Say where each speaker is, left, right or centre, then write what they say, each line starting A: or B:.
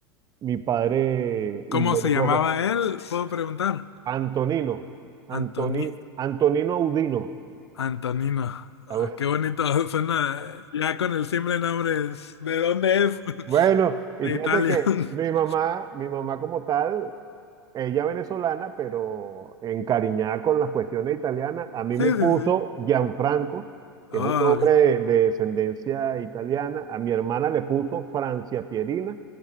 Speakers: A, on the right; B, on the left.
A: mi padre
B: ¿Cómo
A: involucró.
B: se llamaba
A: pues.
B: él? ¿Puedo preguntar?
A: Antonino, Antoni-
B: Antonio.
A: Antonino Audino.
B: Antonino. Ah,
A: <laughs>
B: qué bonito. <laughs> Suena eh, ya con el simple nombre. es- ¿De dónde es? <laughs>
A: Bueno, y
B: De
A: fíjate
B: Italia.
A: que
B: <laughs>
A: mi mamá, mi mamá como tal, ella venezolana, pero encariñada con las cuestiones italianas, a mí me
B: Sí,
A: puso
B: sí, sí.
A: Gianfranco,
B: Ah,
A: que es un hombre de, de descendencia italiana, a mi hermana le puso Francia Pierina